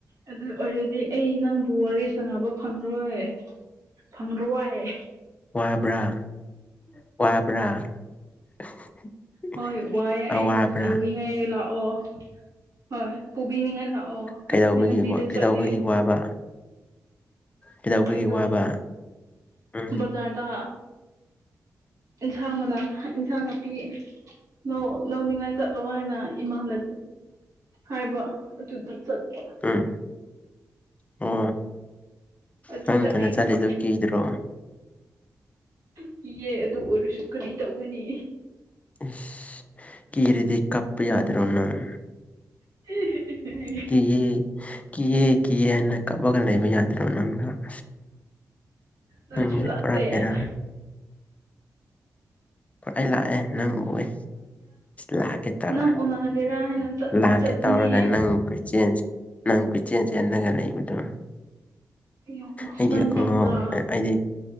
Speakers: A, on the right; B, on the left.
A: ꯑꯗꯨ ꯑꯣꯢꯔꯗꯤ ꯑꯩ ꯅꯪꯕꯨ ꯋꯥꯔꯤ ꯁꯥꯟꯅꯕ ꯐꯪꯉꯔꯣꯢ ꯐꯪꯗ꯭ꯔꯣꯋꯥꯢ
B: ꯋꯥꯕ꯭ꯔꯥ ꯋꯥꯕ꯭ꯔꯥ <unintelligible>
A: ꯍꯣꯢ ꯋꯥꯢꯑꯦ
B: ꯑꯋꯥꯕ꯭ꯔꯥ
A: ꯑꯩꯕꯨ ꯄꯨꯅꯤꯡꯉꯥꯢ ꯂꯥꯛꯑꯣ ꯍꯣꯢ ꯄꯨꯕꯤꯅꯤꯡꯉꯥꯢ ꯂꯥꯛꯑꯣ
B: ꯀꯩꯗꯧꯕꯒꯤ
A: ꯑꯩ ꯂꯝꯕꯤꯗ
B: ꯋꯥ
A: ꯆꯠꯂꯦ
B: ꯀꯩꯗꯧꯕꯒꯤ ꯋꯥꯕ ꯀꯩꯗꯧꯕꯒꯤ
A: ꯑꯩꯗ‌‌ꯣ
B: ꯋꯥꯕ ꯎꯝ
A: ꯕꯛ ꯕꯖꯥꯔꯗ ꯏꯟꯁꯥꯡ ꯃꯅꯥ ꯏꯟꯁꯥꯡ ꯅꯥꯄꯤ ꯂ‌ꯣ ꯂꯧꯅꯤꯡꯉꯥꯢ ꯆꯠꯂꯣ ꯍꯥꯢꯅ ꯏꯃꯥꯅ ꯍꯥꯢꯕ ꯑꯗꯨꯗ‌ꯣ ꯆꯠꯄ
B: ꯎꯝ ꯑꯣ
A: ꯑꯗꯨꯗ
B: ꯅꯪ ꯅꯊꯟꯗ
A: ꯑꯩꯒꯤ
B: ꯆꯠꯂꯤꯗꯣ ꯀꯤꯗ꯭ꯔꯣ
A: ꯀꯤꯌꯦ ꯑꯗꯨ ꯑꯣꯢꯔꯁꯨ ꯀꯔꯤ ꯇꯧꯒꯅꯤ
B: ꯏꯁ ꯀꯤꯔꯗꯤ ꯀꯞꯄ ꯌꯥꯗꯔꯣ ꯅꯪ
A: <unintelligible>
B: ꯀꯤꯌꯦ ꯀꯤꯌꯦ ꯀꯤꯌꯦꯅ ꯀꯛꯄꯒ ꯂꯩꯕ ꯌꯥ <unintelligible>
A: ꯅꯪꯁꯨ
B: ꯅꯪꯒꯤꯖꯦ
A: ꯂꯥꯛꯇꯦ
B: ꯄꯨꯔꯥ ꯕ‌ꯦꯔꯥꯅꯦ ꯑꯩ ꯂꯥꯛꯑꯦ ꯅꯪ ꯎꯋꯦ ꯂꯥꯛꯀꯦ ꯇꯧꯔ
A: ꯅꯪ ꯎꯅꯒꯦꯔꯥ ꯍꯥꯏꯅ ꯆꯠꯇꯤ
B: ꯂꯥꯛꯀꯦ
A: ꯆꯠꯄꯅꯦ
B: ꯇꯧꯔꯒ ꯅꯪ ꯆꯦꯟ ꯅꯪ ꯀ‌ꯣꯢꯆꯦꯟ ꯆꯦꯟꯂꯒ ꯂꯩꯕꯗꯣ
A: ꯌꯦꯡꯉꯣ ꯁꯨꯃꯥꯏꯅ
B: ꯑꯩꯗꯤ ꯑꯉꯧꯎ
A: ꯇꯧꯕ꯭ꯔꯥ
B: ꯑꯩꯗꯤ